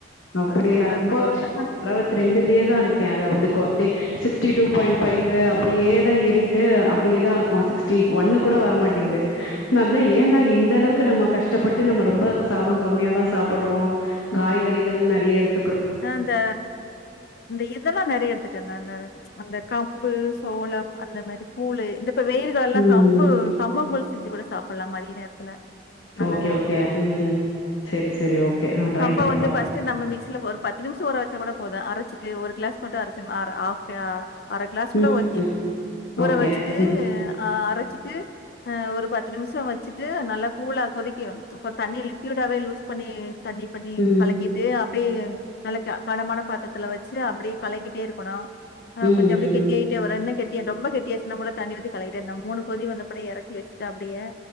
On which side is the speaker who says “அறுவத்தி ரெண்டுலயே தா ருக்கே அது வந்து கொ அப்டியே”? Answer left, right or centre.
Left